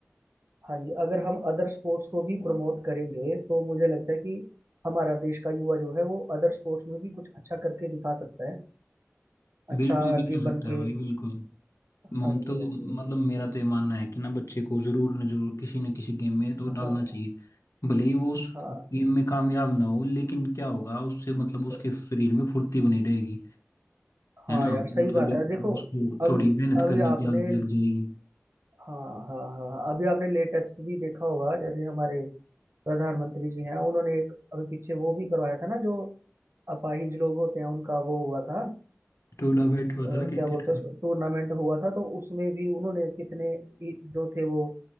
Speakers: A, on the right; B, on the left.
A: हाँ जी अगर हम अदर स्पोर्ट्स को भी प्रमोट करेंगे तो मुझे लगता है कि हमारा देश का युवा जो है वो अदर स्पोर्ट्स में भी कुछ अच्छा करके दिखा सकता है अच्छा
B: बिल्कुल
A: आगे
B: भी कह
A: बन
B: सकता है
A: के
B: भाई बिल्कुल
A: हाँ
B: मम
A: जी
B: तो
A: हाँ जी
B: मतलब मेरा तो ये मानना है कि ना बच्चे को जरूर न जरूर किसी न किसी गेम में तो
A: हाँ
B: डालना चाहिए भले ही वो उस
A: हाँ
B: गेम में कामयाब ना हो लेकिन क्या होगा उससे मतलब
A: सही
B: उसके शरीर में फुर्ती बनी रहेगी
A: हाँ
B: है ना
A: यार सही
B: तो मतलब
A: बात
B: एक
A: है देखो
B: उसको
A: अभी
B: थोड़ी मेहनत
A: अभी
B: करने
A: आपने
B: की आदत लग जाएगी
A: हाँ हाँ हाँ हाँ, अभी आपने लेटेस्ट भी देखा होगा जैसे हमारे प्रधानमंत्री जी हैं उन्होंने एक अभी पीछे वो भी करवाया था ना जो अपाहिज लोग होते हैं उनका वो हुआ था
B: टूर्नामेंट हुआ
A: अ,
B: था ना क्रिकेट
A: क्या बोलते हैं
B: का
A: उसको टूर्नामेंट हुआ था तो उसमें भी उन्होंने कितने ही- जो थे वो